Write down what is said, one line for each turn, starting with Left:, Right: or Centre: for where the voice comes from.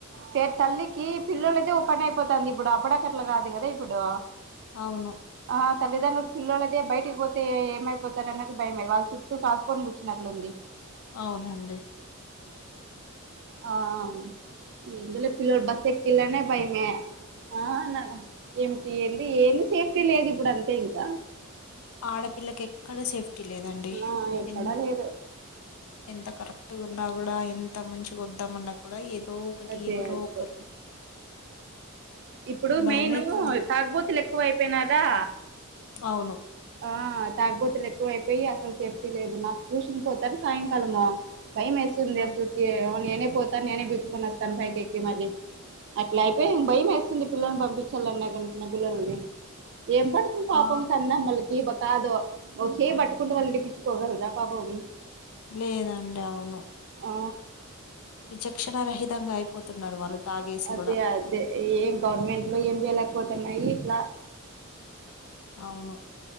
Right: పేరు తల్లికి పిల్లొల్లదే ఓ పని అయిపోతాంది ఇప్పుడు అప్పుడాకట్లా కాదు కదా ఇప్పుడు
Left: అవును
Right: ఆ, తల్లిండ్రులకు పిల్లలు అదే బయటికి పోతే ఏమైపోతారు అన్నది భయమే వాళ్ళు చుట్టూ కాసుకొని కూర్చు నట్లుంది
Left: అవునండి
Right: ఆ ఆ ఎందలో పిల్లలను బస్ ఎక్కియాలన్నా భయమే. ఆ అవును, ఏమిటి ఎంది ఏం సేఫ్టీ లేదు ఇప్పుడు అంతే ఇంక
Left: ఆడపిల్లకి ఎక్కడ సేఫ్టీ లేదండి.
Right: ఆ ఎక్కడా
Left: ఎ
Right: లేదు
Left: ఎంత కరెక్ట్ గా ఉన్నా కూడా ఎంత మంచి ఉందామన్నా కూడా ఏదో ఒకటి
Right: అదే
Left: ఎవరో
Right: అదే
Left: ఒకరు
Right: ఇప్పుడు
Left: భయమైతుంది
Right: మెయిను తాగబోతు లెక్క ఎక్కువై పోయినారా?
Left: అవును
Right: ఆ తాగుబోతులు ఎక్కువ అయిపోయి అసలు సేఫ్టీ లేదు నాకు ట్యూషన్ పోతారు సాయంకాలము. భయం అయితుంది.
Left: ఆ
Right: అసలకి నేనే పోతాను నేనే పిలుచుకొని వస్తాను పైకి ఎక్కి మళ్ళీ అట్లా అయిపోయింది భయం అయితుంది. పిల్లల్ని పంపించాలన్న గాని పిల్లలని ఏం పడుతుంది పాపం
Left: ఆ
Right: కన్నమ్మలకి ఈప్ప కాదు ఓ చేయి పట్టుకుంటే వాళ్ళు విడిపించుకోగలరా పాపము ని
Left: లేదండి అవును
Right: ఆ
Left: విచక్షణా రహితంగా అయిపోతున్నారు వాళ్ళు. తాగేసి
Right: అదే
Left: కూడా
Right: అదే ఏ గవర్నమెంట్ లు ఏం చేయలేకపోతున్నాయి ఇట్లా
Left: అవును